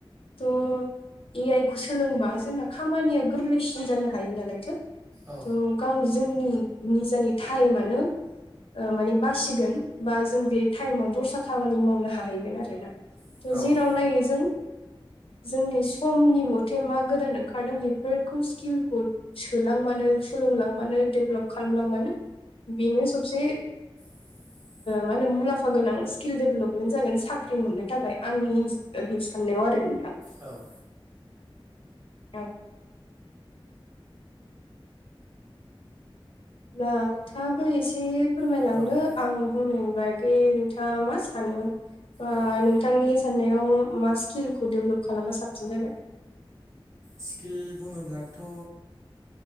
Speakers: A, on the left; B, on the right.
A: थ' ए आइ खौ सोलोंबा जोंना खामानिया गोरलैसिन जानो हायो नालायथो
B: औ
A: थ' गाव जोंनि निजानि टाइमानो माने बासिगोन बा जों बे टाइमाव दस्रा खामानि मावनो हाहैगोन आरो ना
B: औ
A: जेराव नायो जों जोंनि समनि मथे मा गोदान ओं ओंखारदों बेफोरखौ स्किलखौ सोलांबानो सोलोंलांबानो डेभ्लप खालामलांबानो बेनो सबसे
B: <inaudible>
A: मा होन मुलाम्फ गोनां स्किल डेभेलपमेन्ट जागोन साख्रि मोननो थाखाय आंनि <unintelligible> साननायाव आरो नोंथां
B: औ
A: औ नों नोंथाङाबो एसे फोरमायलांनो
B: औ
A: आं बुंनाय बायदि नोंथाङा मा सानो बा
B: औ
A: नों नोथांनि साननायाव मा स्किलखौ डेभलप खालामबा साबसिन जागोन।
B: स्किल बुङोब्लाथ'